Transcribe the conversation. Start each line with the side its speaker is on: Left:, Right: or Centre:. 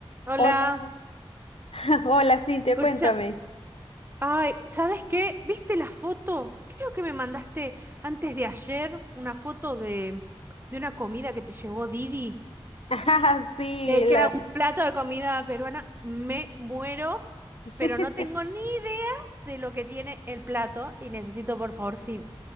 Right: Hola,
Left: Hola, <laughs> hola Cintia,
Right: escucha.
Left: cuéntame.
Right: Ay, ¿sabes qué? ¿Viste la foto? Creo que me mandaste antes de ayer una foto de, de una comida que te llevó Didi,
Left: <laughs> Ajá, sí,
Right: eh,
Left: la...
Right: que era un plato de comida peruana. Me muero,
Left: <laughs>
Right: pero no tengo ni idea de lo que tiene el plato y necesito, por favor, si